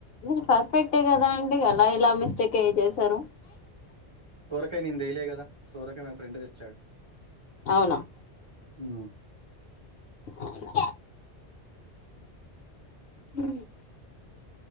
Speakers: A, on the left; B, on the right.
A: మీరు పర్ఫెక్టే కదా అండి అలా ఎలా మిస్టేక్ అయి చేసారు
B: సోరకాయ నేను తెయలే కదా సోరకాయ మా ఫ్రెండ్ తెచ్చాడు
A: అవునా
B: ఉ
A: అవునా హు